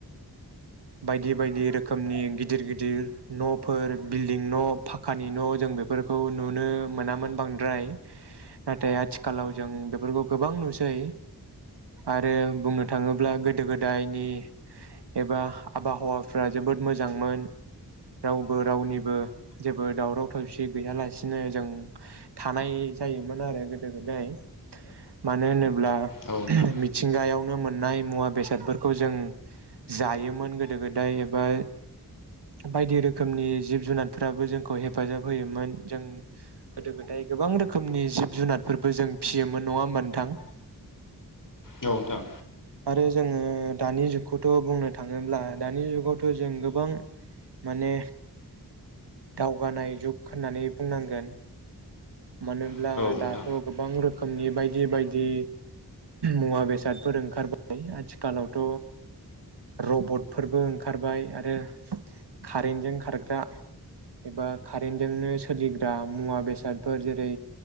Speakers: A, on the right; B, on the left.
A: बायदि बायदि रोखोमनि गिदिर गिदिर न'फोर बिल्डिं न' फकानि न' जों बेफोरखौ नुनो मोनामोन बांद्राय नाथाय आथिखालाव जों बेफोरखौ गोबां नुसै आरो बुंनो थाङोब्ला गोदो गोदायनि एबा आबहावाफ्रा जोबोद मोजांमोन रावबो रावनिबो जेबो दावराव दावसि गैयालासिनो जों थानाय जायोमोन आरो गोदो गोदाय मानो होनोब्ला ब्ला
B: औ नोंथां
A: मिथिंगायावनो मोन नाय मुवा बेसादफोरखौ जों जायोमोन गोदो गोदाय एबा बायदि रोखोमनि जिब जुनार फोराबो जोंखौ हेफाजाब होयोमोन जों गोदो गोदाय गोबां रोखोमनि जिब जुनारफोरबो जों फिसियोमोन नङा होमबा नोंथां?
B: औ नोंथां
A: आरो जोङो दानि जुगखौथ' बुंनो थाङोब्ला दानि जुगावथ' जों गोबां माने दावगानाय जुग होननानै बुंनांगोन। मानोब्ला
B: औ नोंथां
A: दाथ' गोबां रोखोमनि बायदि बे बायदि मुवा बेसादफोर ओंखार ओंखारबाय आथिखालावथ' रबटफोरबो ओंखारबाय आरो कारेन्टजों खारग्रा एबा कारेन्टजोंनो सोलिग्रा मुवा बेसादफोर जेरै